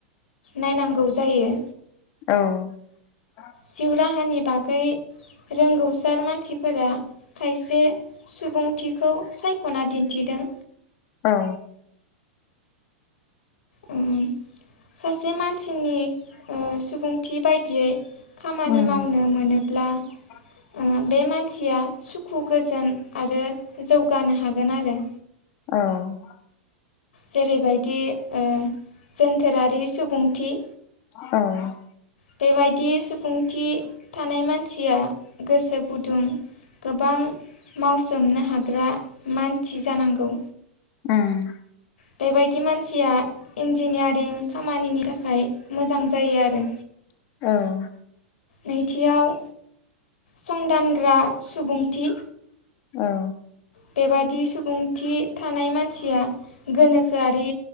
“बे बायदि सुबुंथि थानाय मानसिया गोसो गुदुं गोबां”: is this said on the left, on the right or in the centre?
Left